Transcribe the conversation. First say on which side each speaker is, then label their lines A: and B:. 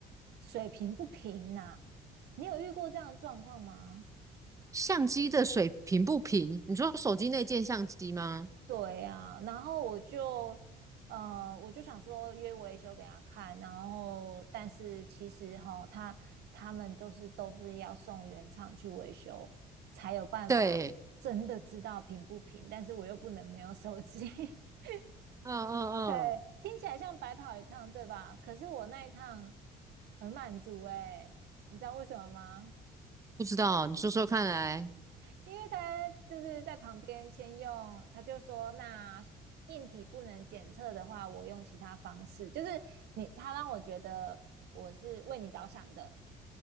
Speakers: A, on the right; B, on the right.
A: 水平不平呐、你有遇过这样的状况吗？
B: 相机的水平不平？你说手机内件相机吗？
A: 对呀、然后我就，呃，我就想说约维修给他看，然后但是其实哈，他他们都是都是要送原厂去维修，才有办法真的知道平不平，
B: 对，
A: 但是我又不能没有手机，<laughs>
B: 嗯嗯嗯，
A: 对，听起来像白跑一趟，对吧？可是我那一趟很满足哎，你知道为什么吗？
B: 不知道，你说说看来。
A: 因为他就是在旁边先用，他就说那硬体不能检测的话，我用其他方式，就是你他让我觉得我是为你着想的，